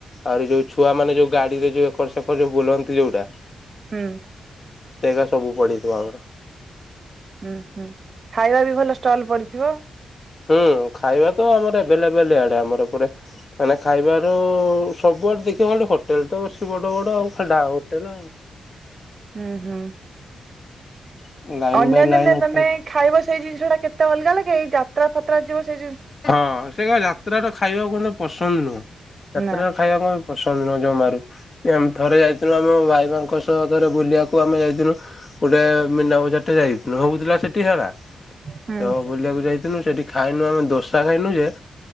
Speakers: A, on the left (about 35°); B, on the right (about 45°).
A: ଆହୁରି ଯୋଉ ଛୁଆମାନେ ଯୋଉ ଗାଡିରେ ଯୋଉ ଏକର ସେକର ଯୋଉ ବୁଲନ୍ତି ଯୋଉଟା
B: ହୁଁ।
A: ସେଇଗା ସବୁ ପଡିଥିବ ଆମର।
B: ହୁଁ ହୁଁ ଖାଇବା ବି ଭଲ ଷ୍ଟଲ ପଡିଥିବ।
A: ହୁଁ ଖାଇବା ତ ଆମର ବେଲେ ବେଲେ ଆଡେ ଆମର ପୁରା। ମାନେ ଖାଇବାର ସବୁଆଡେ ଦେଖିବା ଖାଲି ହୋଟେଲ ତ ଅଛି ବଡ ବଡ ଆଉ ଖାଲି ଢା ହୋଟେଲ ଆଉ।
B: ହୁଁ ହୁଁ
A: ଆଉ। ଲାଇନ
B: ଅନ୍ୟ
A: ବାଇ
B: ଦିନେ
A: ଲାଇନ ହୋଟେଲ
B: ତମେ ଖାଇବ ସେଇ ଜିନିଷଟା କେତେ ଅଲଗା ଲାଗେ ଏଇ ଯାତ୍ରା ଫାତ୍ରା ଯିବ ସେ
A: ହଁ ସେ ଏକା ଯାତ୍ରା ଟା ଖାଇବାକୁ ମତେ ପସନ୍ଦ ନୁହଁ ଯାତ୍ରା
B: ନା
A: ଖାଇବାକୁ ମତେ ପସନ୍ଦ ନୁହଁ ଜମାରୁ। ଏମ ଥରେ ଯାଇଥିଲୁ ଆମ ଭାଇମାନଙ୍କ ସହ ଥରେ ବୁଲିବାକୁ ଆମେ ଯାଇଥିଲୁ ଗୋଟେ ମିନା ବଜାରଟେ ଯାଇଥିଲୁ ହୋଉଥିଲା ସେଠି ଠି ହେଲା ତ
B: ହୁଁ
A: ବୁଲିବାକୁ ଯାଇଥିନୁ ସେଠି ଖାଇନୁ ଆମେ ଦୋସା ଖାଇନୁ ଯେ